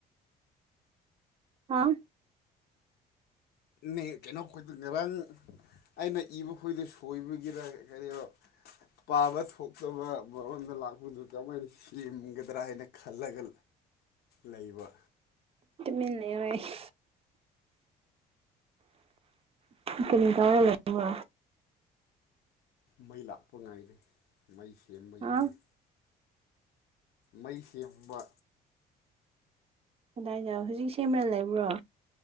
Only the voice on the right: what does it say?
ꯍꯥꯥ
ꯠꯇ ꯃꯅꯦ ꯑꯣꯏꯌꯦ ꯀꯔꯤ ꯇꯧꯔ ꯂꯩꯗꯣꯢꯕ
ꯍꯥ
ꯀꯗꯥꯏꯗ ꯍꯧꯖꯤꯛ ꯁꯦꯝꯃ ꯂꯩꯕ꯭ꯔꯣ